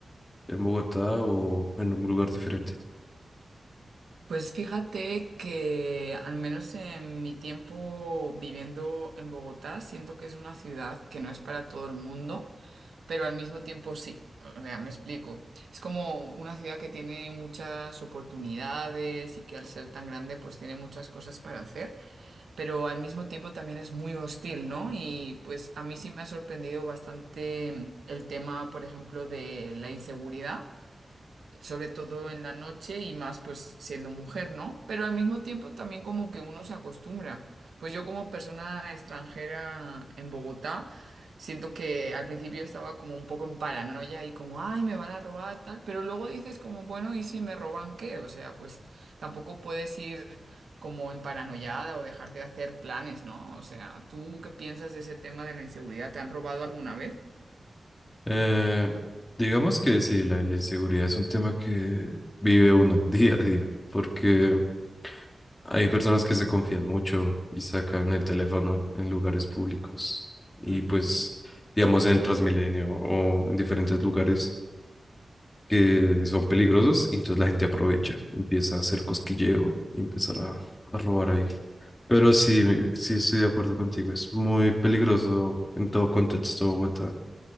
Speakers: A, on the left; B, on the right.
A: en Bogotá o en un lugar diferente?
B: Pues fíjate que al menos en mi tiempo viviendo en Bogotá, siento que es una ciudad que no es para todo el mundo, pero al mismo tiempo sí. O sea, me explico. Es como una ciudad que tiene muchas oportunidades y que al ser tan grande pues tiene muchas cosas para hacer, pero al mismo tiempo también es muy hostil, ¿no? Y pues a mí sí me ha sorprendido bastante mm, el tema, por ejemplo, de la inseguridad sobre todo en la noche y más pues siendo mujer, ¿no? Pero al mismo tiempo también como que uno se acostumbra. Pues yo como persona extranjera en Bogotá, siento que al principio estaba como un poco en paranoia y como, ay, me van a robar tal, pero luego dices como, bueno, ¿y si me roban qué? O sea, pues tampoco puedes ir como en paranoiada o dejar de hacer planes, ¿no? O sea, ¿tú qué piensas de ese tema de la inseguridad? ¿Te han robado alguna vez?
A: Eh, digamos que sí, la, la inseguridad es un tema que vive uno <laughs> día a día porque Hay personas que se confían mucho y sacan el teléfono en lugares públicos y
B: Ujú,
A: pues, digamos, en el Transmilenio o en diferentes lugares que son peligrosos y entonces la gente aprovecha, empieza a hacer cosquilleo y empezar a, a robar ahí. Pero sí, sí estoy de acuerdo contigo, es muy peligroso en todo contexto Bogotá,